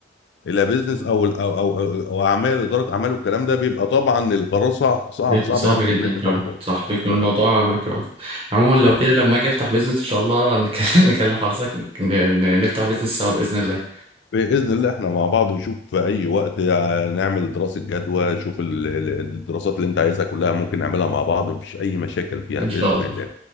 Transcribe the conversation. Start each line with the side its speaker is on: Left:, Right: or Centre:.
Left: الى بيزنس او ال- او او او أو اعمال اداره اعمال والكلام ده بيبقى طبعا القرار صعب صعب
Right: بيكون
Left: صعب
Right: صعب
Left: يعني
Right: جدا
Left: ان انت
Right: فعلا
Left: تاخده
Right: صح
Left: آه،
Right: بيكون
Left: ف-
Right: الموضوع ما كمان عموما لو
Left: آه.
Right: كده لما أجي أفتح بيزنس إن شاء الله نكلم <laughs> نكلم حضرتك ن- ن- نفتح بيزنس سوا بإذن الله
Left: بإذن الله احنا مع بعض وشوف في أي وقت آه، نعمل دراسة جدوى شوف ال- ال- الدراسات اللي أنت عايزها كلها ممكن نعملها مع بعض مفيش أي مشاكل فيها
Right: إن
Left: بإذن
Right: شاء الله
Left: الله إن